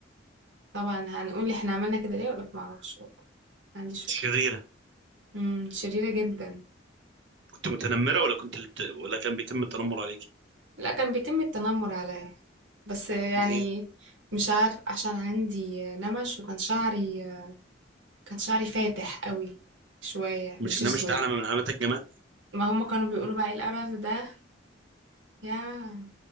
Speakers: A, on the right (about 85°); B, on the right (about 70°).
A: طبعا هنقول لي احنا عملنا كده ليه ولا ما اعرفش والله ما عنديش فكره
B: شريرة
A: امم شريره جدا
B: كنت متنمرة ولا كنت اللي بت... ولا كان بيتم التنمر عليك
A: لا كان بيتم التنمر عليا بس يعني
B: ليه؟
A: مش عارف عشان عندي نمش وكان شعري كان شعري فاتح قوي شويه
B: مش
A: مش
B: انها
A: اسود
B: مش ده علامة من علامات الجمال
A: ما هم كانوا بيقولوا بقى ايه القرف ده يا